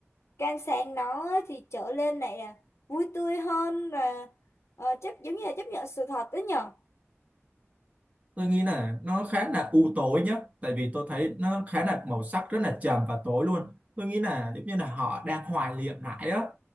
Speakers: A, on the left; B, on the right.
A: can sang đó á, thì trở lên này là vui tươi hơn và ờ, chấp giống như là chấp nhận sự thật đó nhở
B: tôi nghĩ là nó khá là u tối nhá tại vì tôi thấy nó khá là màu sắc rất là trầm và tối luôn tôi nghĩ là giống như là họ đang hoài niệm lại đó